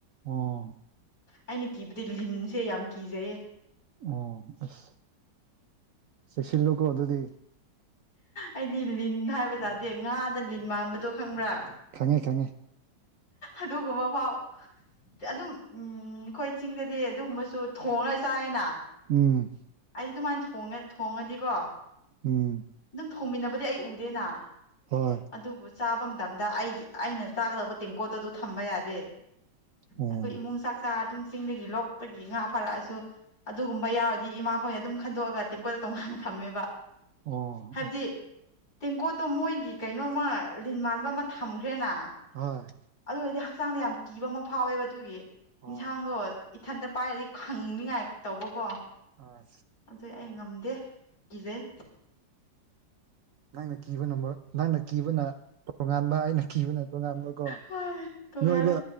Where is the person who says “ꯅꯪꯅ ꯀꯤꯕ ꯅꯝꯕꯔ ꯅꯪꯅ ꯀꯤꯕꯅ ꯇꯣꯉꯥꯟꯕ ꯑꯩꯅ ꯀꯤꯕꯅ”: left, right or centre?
Right